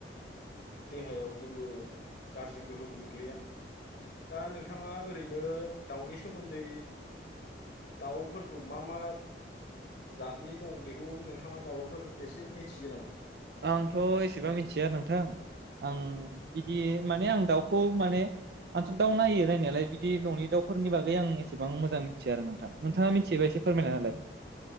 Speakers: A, on the left (about 45°); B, on the right (about 60°).
A: देहायाव जेबो गाज्रि गोहोम गोग्लैया दा नोंथाङा ओरैनो दाउनि सोमोन दै दाउफोरखौ मा मा जातनि दं बेखौ नोंथाङा माबाफोर एसे मिथियो नामा।
B: आंथ' एसेबां मिथिया आरो नोंथां आं बिदि माने आं दाउखौ माने आंथ' दाउ नायो नायनायालाय बिदि न'नि दाउफोरनि बागै आं एसेबां मोजां मिथिया आरो नोंथां नोंथाङा मिथियोबा एसे फोरमायनाहोलाय।